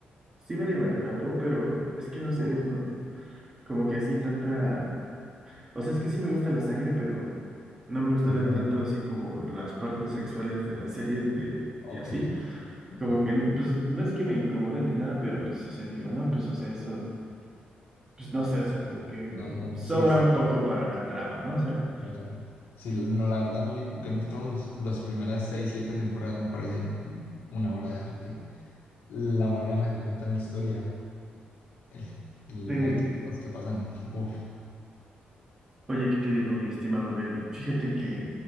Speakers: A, on the right (about 20°); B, on the left (about 80°).
A: sí medio me atrapó, pero es que no sé,
B: Uy,
A: no, como que así tanta, o sea, es que sí me gusta la sangre, pero no me gusta
B: pero
A: ver
B: es demasiado.
A: tanto así como las partes sexuales de las series de, y
B: Ok,
A: así.
B: ok.
A: como que, pues no es que me incomode ni nada, pero pues, o sea, digo, no, pues, o sea, eso, pues no sé, o sea, como que
B: No, no,
A: sobra
B: sí está.
A: un poco para la trama, ¿no? O sea,
B: la trama. Sí, no, la verdad, a mí Game of Thrones, las primeras seis, siete temporadas me parecen una obra de arte. La manera en la que cuentan la historia, el, el
A: eh,
B: montón de cosas que pasan. Uf,
A: oye, ¿qué te digo, mi estimado Mel Fíjate que